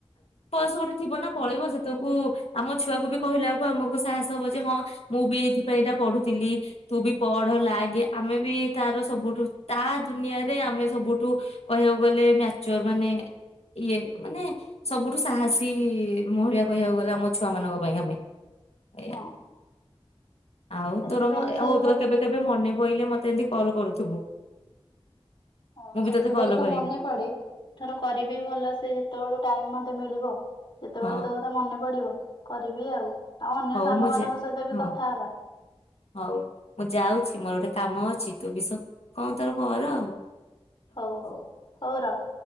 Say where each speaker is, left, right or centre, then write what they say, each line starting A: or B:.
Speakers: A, on the left (about 80°); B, on the left (about 55°).
A: ପସ ଗୋଟେ ଥିବ ନା ପଳେଇବ ସେତବେଳକୁ ଆମ ଛୁଆକୁ ବି କହିଲାକୁ ଆମକୁ ସାହସ ହବ ଯେ ହଁ ମୁଁ ବି ଏଇଥିପାଇଁ ଏଇଟା ପଢୁଥିଲି ତୁ ବି ପଢ ଲାଗେ ଆମେ ବି ତାର ସବୁଠୁ ତା ଦୁନିଆରେ ଆମେ ସବୁଠୁ କହିବାକୁ ଗଲେ ମ୍ୟାଚୋର ମାନେ ଇଏ ମାନେ ସବୁଠୁ ସାହସୀ ମହିଳା କହିବାକୁ ଗଲେ ଆମ ଛୁଆ ମମାନଙ୍କ ପାଇଁ ଆମେ ଏଇଞା
B: ହଁ।
A: ଆଉ
B: ସେଥିପାଇଁ
A: ତୋର ହଉ
B: ସେଇ
A: ତୋ
B: ବା
A: କେବେ କେବେ ମନେ ବହିଲେ ମତେ ଏମିତି କଲ କରୁଥିବୁ
B: ହଁ
A: ମୁଁ ବି
B: ସବୁବେଳେ
A: ତୋତେ କଲ୍
B: ତ
A: କରିବି
B: ମନେ ପଡେ ଏଥର କରିବି ଭଲ ସେ ଯେତେବେଳ ଟାଇମ ମତେ ମିଳିବ ହ ହ ଯେତେବେଳେ
A: ହଁ
B: ତୋ କଥା ମନେ ପଡିବ କରିବି ଆଉ। ଆଉ ଅନ୍ୟ
A: ହଉ
B: ସାଙ୍ଗମାନଙ୍କ
A: ମୁଁ
B: ସହିତ ବି
A: ହଁ
B: କଥା ହବା
A: ହଉ ମୁଁ ଯାଉଛି ମୋର ଗୋଟେ କାମ ଅଛି ତୁ ବି ସ କଣ ତାର ଘ ଆଉ
B: ହଉ ହଉ ହଉ ରଖ।